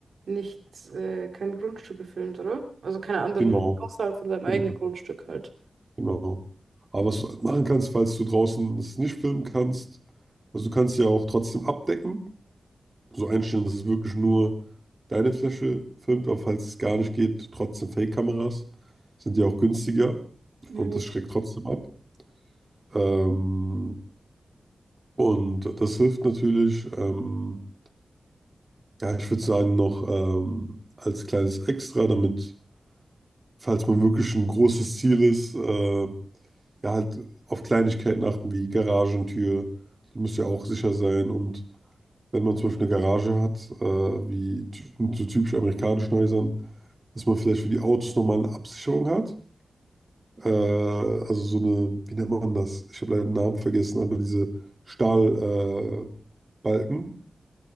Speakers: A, on the right; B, on the right.
A: nicht äh, kein Grundstück gefilmt, oder? Also keine anderen,
B: genau,
A: außerhalb von seinem eigenen
B: genau,
A: Grundstück halt.
B: genau. Aber was du halt machen kannst, falls du draußen es nicht filmen kannst, also du kannst ja auch trotzdem abdecken, so einstellen, dass es wirklich nur deine Fläche filmt, aber falls es gar nicht geht, trotzdem Fake-Kameras sind ja auch günstiger
A: Mhm.
B: und das schreckt trotzdem ab. Ähm, und das hilft natürlich, ähm, ja, ich würde sagen, noch ähm, als kleines Extra, damit. falls man wirklich ein großes Ziel ist, äh, ja, halt auf Kleinigkeiten achten wie Garagentür, die muss ja auch sicher sein. Und wenn man zum Beispiel eine Garage hat, äh, wie ty- in so typisch amerikanischen Häusern, dass man vielleicht für die Autos nochmal eine Absicherung hat. Äh, also so eine, wie nennt man das? Ich habe leider den Namen vergessen, aber diese Stahlbalken, äh, Balken,